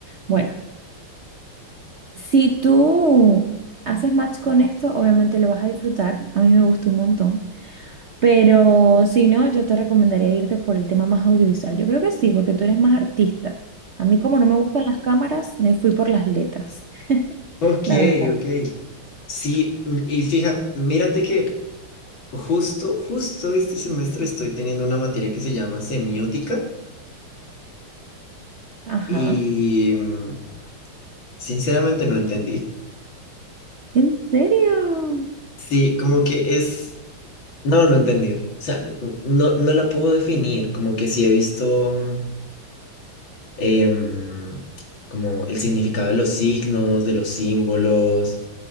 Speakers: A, on the right; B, on the left.
A: Bueno, si tú haces match con esto, obviamente lo vas a disfrutar. A mí me gustó un montón. Pero si no, yo te recomendaría irte por el tema más audiovisual. Yo creo que sí, porque tú eres más artista. A mí como no me gustan las cámaras, me fui por las letras, <laughs>
B: Ok,
A: la verdad.
B: ok. Sí, m- y fija, mírate que justo, justo este semestre estoy teniendo una materia que se llama semiótica
A: Ajá.
B: y mm, sinceramente no entendí.
A: ¿En serio?
B: Sí, como que es, no, no entendí. O sea, n- no, no la puedo definir, como que sí he visto mm, em, como el significado de los signos, de los símbolos,